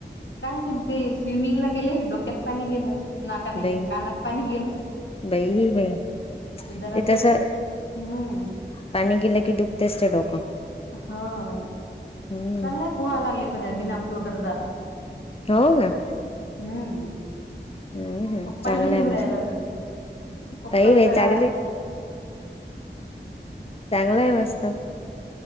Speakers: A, on the left; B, on the left.
A: काय त्यां ते स्विमिंग ला गेले डोक्यात पाणी गेलं. नाकात हे
B: बाई
A: कानात पाणी गेल.
B: बाई ही बाई
A: इधर असं
B: ते तसं
A: हम्म.
B: पाणी गेलं की दुखतेस ते डोकं.
A: हा चांगले
B: हम्म
A: पोहा लागले बिना फ्लोटरच आता
B: हो का?
A: हम्म.
B: हम्म हम्म
A: कपल
B: चांगलं
A: इव्रयल
B: आहे मस्त
A: कप
B: बाई बाई
A: जरा
B: चांगली चांगला आहे वास्त